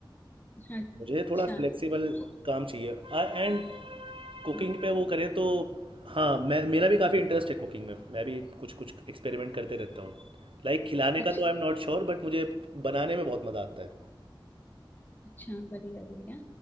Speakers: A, on the left (about 20°); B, on the right (about 90°).
A: हाँ, अच्छा
B: मुझे थोड़ा फ्लेक्सिबल
A: तो-
B: काम चाहिए एंड कुकिंग
A: हाँ,
B: पे वो करें तो हाँ मैं मेरा भी काफ़ी इंटरेस्ट है कुकिंग में मैं भी कुछ कुछ एक्सपेरिमेंट करते रहता हूँ लाइक खिलाने
A: अच्छा
B: का तो I am not sure but मुझे बनाने में बहुत मज़ा आता है
A: अच्छा बढ़िया बढ़िया